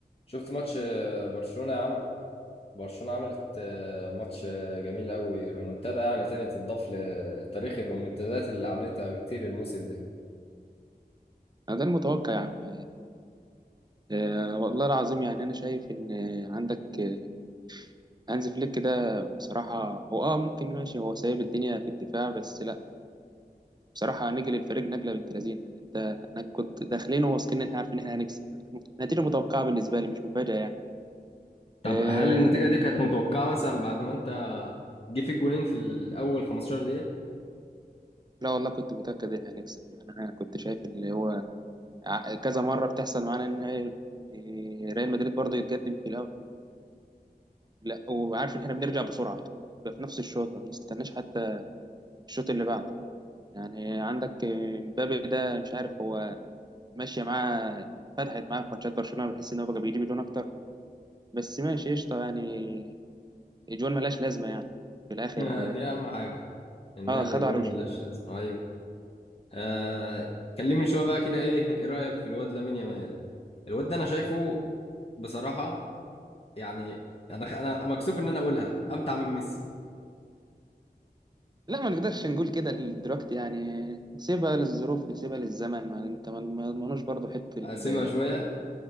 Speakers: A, on the left; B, on the right.
A: شفت ماتش آه، برشلونة يا عم برشلونة عملت آه، ماتش آه، جميل قوي رومونتادا يعني تاني تضاف لتاريخ الرومونتادات اللي عملتها كتير الموسم ده
B: أنا ده المتوقع يا عم آه، والله العظيم يعني أنا شايف إن آه، عندك آه، هانز فليك ده بصراحة هو أه ممكن ماشي هو سايب الدنيا في الدفاع بس لأ بصراحة نجل الفريق نجلة بنت لذينة يعني أنت أنا كنت داخلين واثقين إن إحنا عارفين إن إحنا هنكسب نتيجة متوقعة بالنسبة لي مش مفاجأة يعني
A: طب
B: آه،
A: هل النتيجة دي كانت متوقعة مثلا بعد ما انت جه فيك جونين في الأول 15 دقيقة؟
B: لا والله كنت متأكد إن هنكسب يعني أنا كنت شايف اللي هو ع- كذا مرة بتحصل معانا إن هي آه، ريال مدريد برضه يتقدم في الأول لأ وعارف إن إحنا بنرجع بسرعة يعني بيبقى في نفس الشوط ما بنستناش حتى الشوط اللي بعده يعني عندك مبابي ده مش عارف هو ماشية معاه فتحت معاه في ماتشات برشلونة بحس إن هو بقى بيجيب جون أكتر بس ماشي قشطة يعني الجوان ملهاش لازمة يعني في الآخر
A: <laughs> دي أهم حاجة إن
B: اه
A: هي اللي
B: خدوا
A: جون
B: على وش-
A: ملهاش لازمة أيوه آه كلمني شوية بقى كده إيه إيه رأيك في الواد لامين يامال؟ الواد ده أنا شايفه بصراحة يعني أنا أنا مكسوف إن أنا أقولها أمتع من ميسي
B: لا ما نقدرش نقول كده دلوقتي يعني سيبها للظروف سيبها للزمن ما انت ما ما يضمنوش برضه حته ال-
A: هسيبها شوية